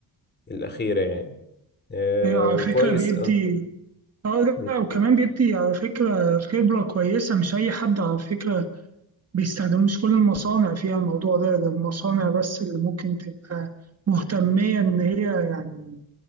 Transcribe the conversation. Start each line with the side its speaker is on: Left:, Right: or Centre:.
Left: الأخيرة يعني آه
Right: ايوه على
Left: وكويس
Right: فكرة بيدي
Left: اه
Right: اه
Left: م.
Right: لا وكمان بيدي على فكرة خبرة كويسة مش أي حد على فكرة بيستخدمه مش كل المصانع فيها الموضوع ده ده المصانع بس اللي ممكن تبقى مهتمية إن هي يعني